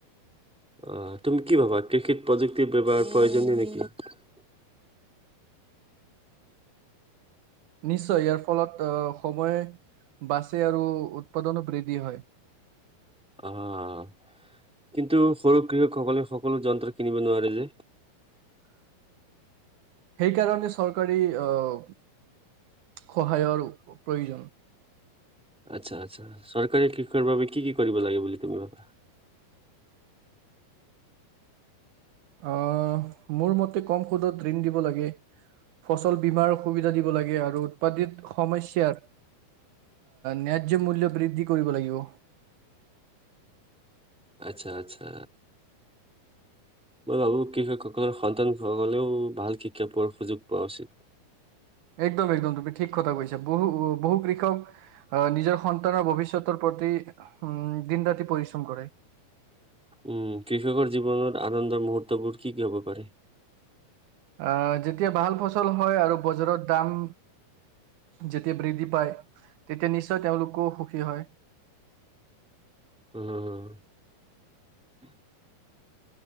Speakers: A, in the centre; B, on the right.
A: অ' তুমি কি ভাবা কৃষিত প্ৰযুক্তি ব্যৱহাৰ প্ৰয়োজনীয় নেকি?
B: নিশ্চয় ইয়াৰ ফলত আহ, সময় বাচে আৰু উৎপাদনো বৃদ্ধি হয়।
A: অ', অ'। কিন্তু সৰু কৃষকসকলে সকলো যন্ত্ৰ কিনিব নোৱাৰে যে।
B: <unintelligible> সেইকাৰণে চৰকাৰী আহ, সহায়ৰ প্ৰয়োজন।
A: আচ্ছা আচ্ছা। চৰকাৰে কৃষকৰ বাবে কি কি কৰিব লাগে বুলি তুমি ভাবা?
B: আহ মোৰ মতে কম সুদত ঋণ দিব লাগে ফচল বিমাৰ সুবিধা দিব লাগে আৰু উৎপাদিত সমস্যাৰ ন্যায্য মূল্য বৃদ্ধি কৰিব লাগিব।
A: আচ্ছা, আচ্ছা। মই ভাবো কৃষকসকলৰ সন্তানসকলেও ভাল শিক্ষা পোৱাৰ সুযোগ পোৱা উচিত।
B: একদম একদম তুমি ঠিক কথা কৈছা। বহু বহু কৃষক আহ নিজৰ স তানৰ ভৱিষ্যতৰ প্ৰতি উম, দিন ৰাতি পৰিশ্ৰম কৰে।
A: উম কৃষকৰ জীৱনত আনন্দৰ মুহুৰ্তবোৰ কি কি হ'ব পাৰে?
B: আহ, যেতিয়া ভাল ফচল হয় আৰু বজাৰত দাম যেতিয়া বৃদ্ধি পায়, তেতিয়া নিশ্চয় তেওঁলোকেও সুখী হয়।
A: উম <unintelligible>